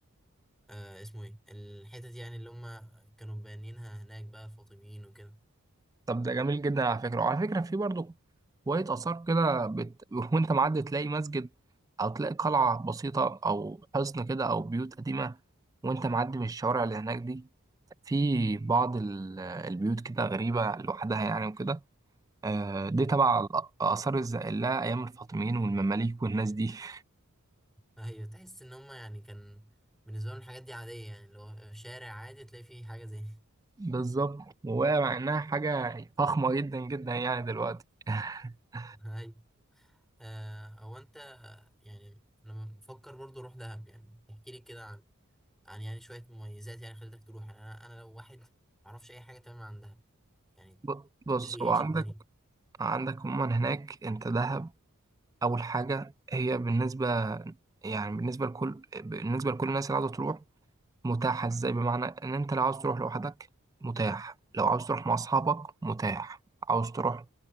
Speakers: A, in the centre; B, on the right.
A: آه، اسمه ايه الحتت يعني اللي هم كانوا بانيينها هناك بقى الفاطميين وكده
B: طب ده جميل جدا على فكرة وعلى فكرة في برضو شوية آثار كده بت... <laughs> وأنت معدي تلاقي مسجد أو تلاقي قلعة بسيطة أو حصن كده أو بيوت قديمة وأنت معدي من الشوارع اللي هناك دي في بعض ال- البيوت كده غريبة لوحدها يعني وكده آه، دي تبع آثار الزائلة أيام الفاطميين والمماليك والناس دي <laughs>
A: ايوه تحس ان هما يعني كان بالنسبه لهم الحاجات دي عاديه يعني لو شارع عادي تلاقي فيه حاجه زي <laughs>
B: بالظبط وهي مع إنها حاجة فخمة جدا جدا يعني دلوقتي <laughs>
A: ايوه آه، او انت يعني انا بفكر برضو اروح دهب يعني تحكي لي كده عن عن يعني شويه مميزات يعني خلتك تروح يعني انا انا لو واحد ما اعرفش اي حاجه تمام عن دهب يعني
B: ب-
A: تقول
B: بص
A: لي
B: هو
A: ايش
B: عندك
A: الدنيا
B: عندك عموما هناك انت دهب اول حاجه هي بالنسبه يعني بالنسبه لكل بالنسبه لكل الناس اللي عاوزه تروح متاحه ازاي بمعنى ان انت لو عاوز تروح لوحدك متاح لو عاوز تروح مع اصحابك متاح عاوز تروح